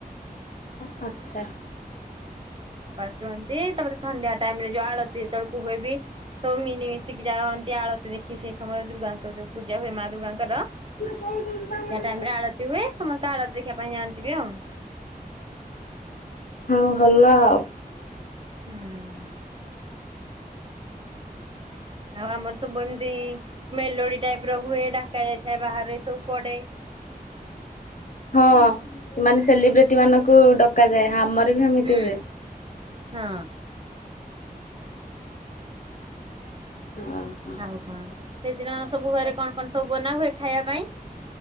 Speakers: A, on the left; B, on the right.
A: ଆଚ୍ଛା।
B: ହଁ ଉପାସ ରୁହ, ନ୍ତି ତାପରେ ସନ୍ଧ୍ୟା ଟାଇମ ରେ ଜଉ ଆଳତି ଯେତେବେଳକୁ ହୁଏ ବି, ସବୁ ମିନିମଶି ସେିଠିକି ଯାଅନ୍ତି ଆଳତି ଦେଖି ସେଇ ସମୟରେ ଦୁର୍ଗାଙ୍କର ଯୋଉ ପୂଜା ହୁଏ ମା ଦୁର୍ଗାଙ୍କର।
A: <unintelligible>
B: ସନ୍ଧ୍ୟା ଆଳତି ହୁଏ ସମସ୍ତେ ଆଳତି ଦେଖିବା ପାଇଁ ଯାଆନ୍ତି ବି ଆଉ।
A: ହଁ ଭଲ ଆଉ।
B: ହୁଁ। ଆଉ ଆମର ସବୁ ଏମିତି ମେଲୋଡି ଟାଇପ ର ହୁଏ ଡାକ ଯାଇଥାଏ ବାହାରୁ ଏ ସବୁ ପଡେ।
A: ହଁ ମାନେ ସେଲିବ୍ରିଟି ମାନଙ୍କୁ ଡକାଯାଏ ଆମର ବି ହେମିତି
B: ହୁଁ
A: ହୁଏ।
B: ହଁ।
A: ହଁ।
B: ଆଉ କଣ, ସେଦିନ ସବୁ ଘରେ କଣ କଣ ସବୁ ବନା ହୁଏ ଖାଇବା ପାଇଁ?